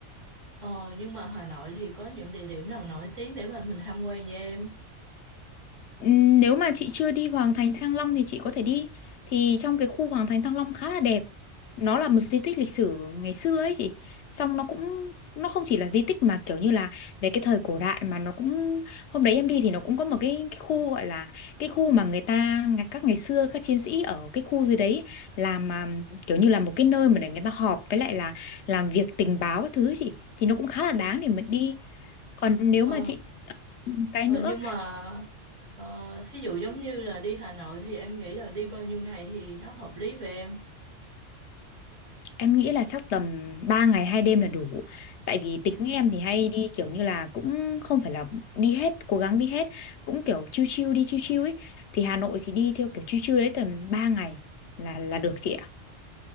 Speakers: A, on the right; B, on the left.
A: ờ, nhưng mà Hà Nội thì có những địa điểm nào nổi tiếng để mà mình tham quan với em?
B: Ừm, Nếu mà chị chưa đi Hoàng Thành Thăng Long thì chị có thể đi. Thì trong cái khu Hoàng Thành Thăng Long khá là đẹp. Nó là một di tích lịch sử ngày xưa ấy chị. Xong nó cũng nó không chỉ là di tích mà kiểu như là về cái thời cổ đại mà nó cũng hôm đấy em đi thì nó cũng có một cái, cái khu gọi là cái khu mà người ta ngày- các ngày xưa các chiến sĩ ở cái khu dưới đấy làm mà kiểu như là một cái nơi mà để người ta họp với lại là làm việc tình báo các thứ ấy chị thì nó cũng khá là
A: Ờ,
B: đáng để mà đi. Còn nếu
A: ờ.
B: mà chị cái
A: Ờ,
B: nữa
A: nhưng mà ờ, thí dụ giống như là đi Hà Nội thì em nghĩ là đi bao nhiêu ngày thì nó hợp lý về em.
B: Em nghĩ là chắc tầm 3 ngày hai đêm là đủ. Tại vì tính
A: Ừ.
B: em thì hay đi kiểu như là cũng không phải là đi hết, cố gắng đi hết, cũng kiểu chill chill đi chill chill ấy. Thì Hà Nội thì đi theo kiểu chill chill đấy tầm 3 ngày là là được chị ạ.